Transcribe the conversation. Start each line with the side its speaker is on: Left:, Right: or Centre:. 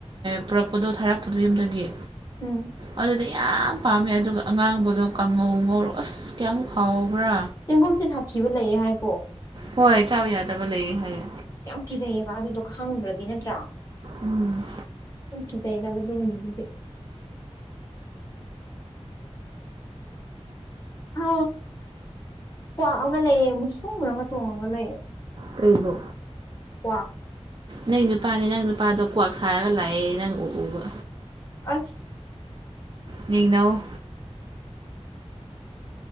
Right: ꯄꯨꯔꯛꯄꯗꯣ ꯊꯥꯔꯛꯄꯗꯣ ꯌꯨꯝꯗꯒꯤ꯫
Left: ꯎꯝ
Right: ꯑꯗꯨꯗꯤ ꯌꯥꯝ ꯄꯥꯝꯃꯦ ꯑꯗꯨꯒ ꯑꯉꯥꯡꯕꯗꯣ ꯀꯥꯡꯉꯧ ꯉꯧꯔꯣ ꯑꯁ ꯀꯌꯥꯝꯃꯨꯛ ꯍꯥꯎꯕ꯭ꯔꯥ
Left: ꯆꯦꯡꯒꯨꯝꯁꯦ ꯁꯥꯊꯤꯕ ꯂꯩꯌꯦ ꯍꯥꯏꯀꯣ
Right: ꯍꯣꯏ ꯆꯥꯕ ꯌꯥꯗꯕ ꯂꯩꯌꯦ ꯍꯥꯏꯌꯦ
Left: ꯌꯥꯝ ꯀꯤꯖꯩꯑꯕ ꯑꯗꯨꯗꯣ ꯈꯪꯗ꯭ꯔꯗꯤ ꯅꯠꯇ꯭ꯔꯥ
Right: ꯎꯝ꯫
Left: ꯍꯝ ꯀꯤꯖꯩꯗ ꯃꯗꯨꯒꯨꯝꯕꯗꯨꯗꯤ ꯍꯥ ꯀ꯭ꯋꯥꯛ ꯑꯃ ꯂꯩꯌꯦ ꯃꯨꯁꯨꯨꯝ ꯃꯨꯔꯨꯝꯒ ꯇꯣꯡꯉꯒ ꯂꯩꯌꯦ꯫
Right: ꯀꯩꯕꯣ
Left: ꯀ꯭ꯋꯥꯛ
Right: ꯅꯪ ꯅꯨꯄꯥꯅꯦ ꯅꯪ ꯅꯨꯄꯥꯗꯣ ꯀ꯭ꯋꯥꯛ ꯁꯥꯔꯒ ꯂꯥꯛꯑꯦ ꯅꯪ ꯎ ꯎꯕ
Left: ꯑꯁ
Right: ꯅꯤꯡꯅꯧ